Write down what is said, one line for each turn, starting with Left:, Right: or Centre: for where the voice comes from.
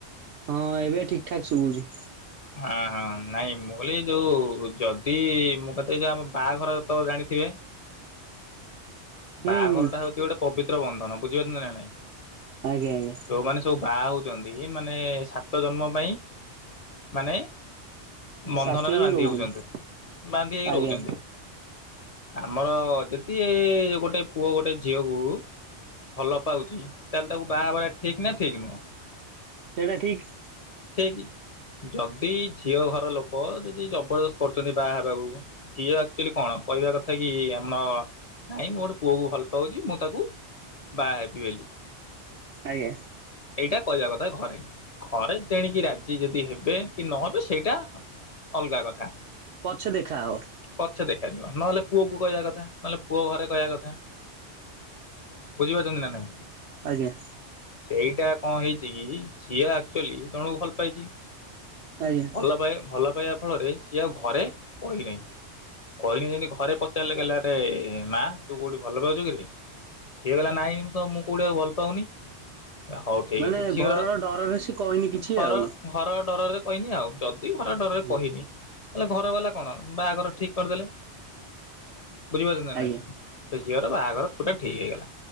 Right: ହଁ ଏବେ ଠିକ୍ ଠାକ୍ ଶୁଭୁଛି।
Left: ହାଁ ହାଁ ନାଇଁ ମୁଁ କହିଲି ଯୋଉଁ ଯଦି ମୁଁ କତେ ଯଉ ଆମ ବାହାଘର ତ ଜାଣିଥିବେ
Right: ହୁଁ
Left: ବାହାଘର
Right: ହୁଁ
Left: ଟା ହଉଛି ଗୋଟେ ପବିତ୍ର ବନ୍ଧନ ବୁଝିପାରୁଛନ୍ତି ନାଁ ନାଇଁ।
Right: ଆଜ୍ଞା ଆଜ୍ଞା।
Left: ଯୋଉଁମାନେ ସବୁ ବାହା ହଉଛନ୍ତି ମାନେ ସାତ ଜନ୍ମ ପାଇଁ ମାନେଏଁ ବନ୍ଧନରେ
Right: ସାଥି ହେଇ
Left: ବାନ୍ଧି
Right: ରହୁଛନ୍ତି
Left: ହଉଛନ୍ତି। ବାନ୍ଧି ହେଇକି
Right: ଆଜ୍ଞା
Left: ରହୁଛନ୍ତି। ଆମର ଯଦି ଏଁ ଗୋଟିଏ ପୁଅ ଗୋଟିଏ ଝିଅ କୁ ଭଲ ପାଉଛି ତାହେଲେ ତାକୁ ବାହା ହବାଟା ଠିକ ନାଁ ଠିଁକୀ ନୁହଁ?
Right: ସେଇଟା ଠିକ୍।
Left: ଠିଁକୀ ଯଦି ଝିଅ ଘର ଲୋକ ଯଦି ଜବରଦସ୍ତ କରୁଛନ୍ତି ବାହା ହେବାକୁ। ଝିଅ ଆକ୍ଚୁଆଲି କଣ କହିବା କଥା କି ଆମର ନହିଁ ମୁଁ ଗୋଟେ ପୁଅକୁ ଭଲ ପାଉଛି ମୁଁ ତାକୁ ବାହା ହେବି ବୋଲି।
Right: ଆଜ୍ଞା।
Left: ଏଇଟା କହିବା କଥା ଘରେ। ଘରେ ତେଣିକି ରାଜି ଯଦି ହେବେ କି ନହେବେ ସେଇଟା ଅଲଗା କଥା
Right: ପଛେ ଦେଖାହବ
Left: ପଛେ ଦେଖାଯିବ ନହେଲେ ପୁଅ କହିବା କଥା ନହେଲେ ପୁଅ ଘରେ କହିବା କଥା ବୁଝିପାରୁଛନ୍ତି ନାଁ ନାଇଁ?
Right: ଆଜ୍ଞା।
Left: ସେଇଟା କଣ ହେଇଛି କି ସିଏ ଆକ୍ଚୁଆଲି ଜଣକୁ ଭଲ ପାଇଛି।
Right: ଆଜ୍ଞା
Left: ଭଲ ପାଏ ଭଲ ପାଇବା ଫଳରେ ସିଏ ଆଉ ଘରେ କହିନାହିଁ। କହିନି ଯେମିତି ଘରେ ପଚାରିଲେ କହିଲେ। ଆରେ ମା ତୁ କୋଉଠି ଭଲ ପାଉଛୁ କିରେ? ସିଏ କହିଲା ନାହିଁ ତ ମୁଁ କେଉଁଠିକୁ ଭଲ ପାଉନି। ହଉ ଠିକ୍
Right: ମାନେ
Left: ଅଛି ଝିଅର
Right: ଘରର ଡରରେ ସିଏ କହିନି କିଛି
Left: ଘର
Right: ଆଉ।
Left: ଘର ଡରରେ କହିନି ଆଉ ଯଦି ଘର ଡରରେ
Right: ହୁଁ
Left: କହିନି। ହେଲେ ଘର ବାଲା କଣ ବାହାଘର ଠିକ କରିଦେଲେ ବୁଝିପାରୁଛନ୍ତି
Right: ଆଜ୍ଞା
Left: ନାଇଁ। ସେ ଝିଅର ବାହାଘର ପୁରା ଠିକ୍ ହେଇଗଲା।